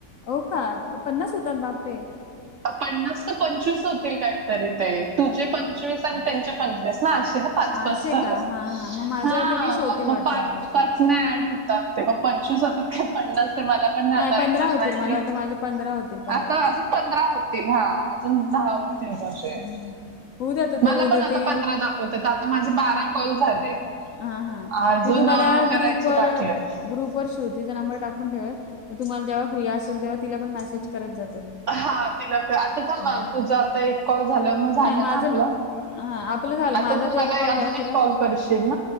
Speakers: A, on the left (about 65°); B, on the right (about 70°).
A: हो का, पन्नास होतात बापरे.
B: पन्नास का पंचवीस होतील कायतरी ते, तुझे पंचवीस आणि त्यांचे पंचवीस ना अशे ना? पाच,
A: असे
B: पाच धरुन,
A: का हा हा मग माझ्या
B: हा
A: आता वीस होतील
B: मग
A: वाटतं
B: पाच,
A: मला वाटतं
B: पाच नाही आठ हुतात. ते मग पंचवीस जातात का पन्नास? तर मला पण नाही आता
A: पंधरा
B: एझॅक्ट
A: होतील
B: माहिती.
A: मला वाटतं माझे पंधरा होतील पंधरा
B: आता अजून प पंधरा होतील, हा आजुन दहा होतील अशे,
A: हम्म. होऊ द्या तर
B: मला
A: ते उद्या
B: पण आता
A: ते
B: पंधरा दाख पण तिथं आता, माझे बारा कॉल झालेत.
A: हा, हा
B: अजून
A: मी तुम्हाला
B: अं, करायचे
A: ग्रुपवर,
B: बाकी आहे
A: ग्रुप वर श्रुतीचा नंबर टाकून ठेवन, मग तुम्हाला जेव्हा फ्री असेल तेव्हा तिला पण मेसेज करत जा तुम्ही मग.
B: हा तिला, आता थांबा
A: हम्म.
B: तुझं आता एक कॉल झाल्यावर मग
A: नाही
B: झालं
A: माझं
B: ना आपलं?
A: हा, आपलं झालं,
B: आता
A: माझा
B: तू
A: तर
B: मला
A: एक कॉल
B: अजून
A: झाला
B: एक
A: तुला?
B: कॉल करशीन?